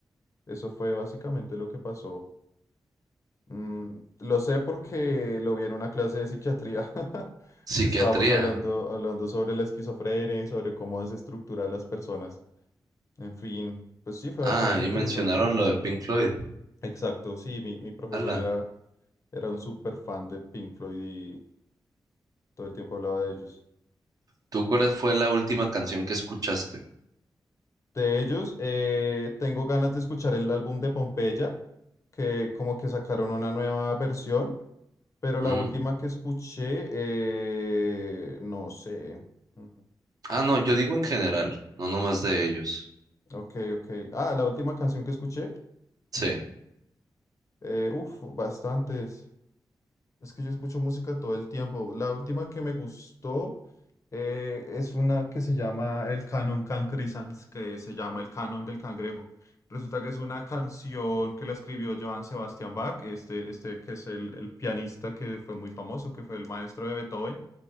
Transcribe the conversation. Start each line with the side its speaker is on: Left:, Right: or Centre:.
Left: Eso fue básicamente lo que pasó. Mm, lo sé porque lo vi en una clase de psiquiatría <laughs>
Right: Psiquiatría.
Left: que estábamos hablando, hablando sobre la esquizofrenia y sobre cómo desestructurar las personas. En fin, pues sí, fue
Right: Ah,
Left: bastante
Right: y
Left: interesante.
Right: mencionaron lo de Pink Floyd.
Left: Exacto, sí, mi, mi profesor
Right: Ala.
Left: era, era un súper fan de Pink Floyd y todo el tiempo hablaba de ellos.
Right: ¿Tú cuál fue la última canción que escuchaste?
Left: De ellos, eh, tengo ganas de escuchar el álbum de Pompeya, que como que sacaron una nueva versión, pero la
Right: Mm.
Left: última que escuché, eh, no sé. Mm,
Right: Ah, no, yo digo en general, no nomás de ellos.
Left: Ok, ok. Ah, la última canción que escuché,
Right: Sí.
Left: eh, uf, bastantes. Es que yo escucho música todo el tiempo. La última que me gustó eh, es una que se llama el Canon Cancrisans, que se llama el Canon del Cangrejo. Resulta que es una canción que la escribió Johann Sebastian Bach, este, este que es el, el pianista que fue muy famoso, que fue el maestro de Beethoven.